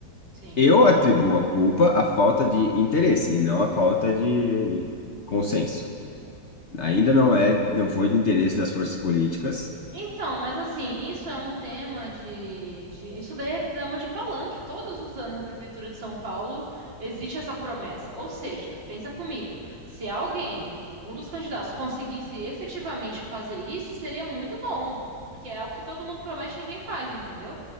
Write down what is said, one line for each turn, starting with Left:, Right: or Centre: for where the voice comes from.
Right: Sim.
Left: Eu atribuo a culpa à falta de interesse e não à falta de consenso. Ainda não é, não foi de interesse das forças políticas
Right: Então, mas assim, isso é um tema de, de- Isso daí é tema de palanque. Todos os anos na Prefeitura de São Paulo existe essa promessa. Ou seja, pensa comigo, se alguém, algum dos candidatos, conseguisse efetivamente fazer isso, seria muito bom. Porque é algo que todo mundo promete e ninguém faz, entendeu?